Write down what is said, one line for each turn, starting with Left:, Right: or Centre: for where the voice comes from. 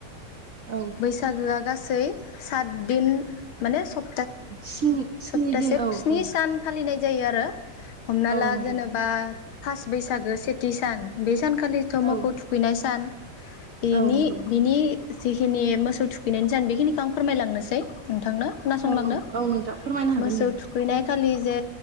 Right: औ
Left: बैसागो गासै साथ दिन माने सप्त
Right: स्नि स्नि
Left: सप्तासे
Right: दिन औ
Left: स्नि
Right: औ
Left: सान फालिनाय जायो आरो। हमना
Right: औ
Left: ला
Right: नंगौ
Left: जेनेबा फास बैसागो सेथि सान बे सान खालिथ
Right: औ
Left: मोखौ थुखैनाय सान बिनि
Right: औ नंगौ
Left: बिनि जिखिनि मोसौ थुखैनानै जान बेखिनिखौ आं फोरमायलांनोसै नोंथांनो खोनासंलांदो।
Right: औ औ नोंथां फोरमायनो हागोन
Left: मोसौ
Right: दे।
Left: थुखैनाय खालि जे